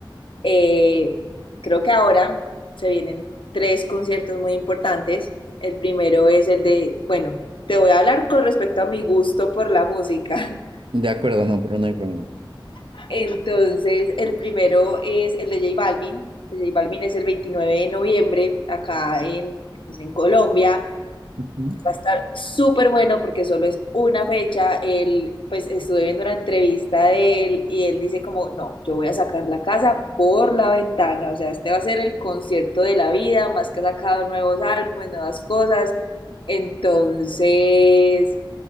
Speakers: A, on the left; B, on the right.
A: Eh, creo que ahora se vienen tres conciertos muy importantes. El primero es el de, bueno, te voy a hablar con respecto a mi gusto por la música.
B: De acuerdo, no, pero no hay problema.
A: <laughs> Entonces, el primero es el de J Balvin. El de J Balvin es el 29 de noviembre, acá en, pues, en Colombia.
B: Ujú,
A: Va a estar súper bueno porque solo es una fecha. Él, pues estuve viendo una entrevista de él y él dice como, no, yo voy a sacar la casa por la ventana. O sea, este va a ser el concierto de la vida, más que ha sacado nuevos álbumes, nuevas cosas. Entonces,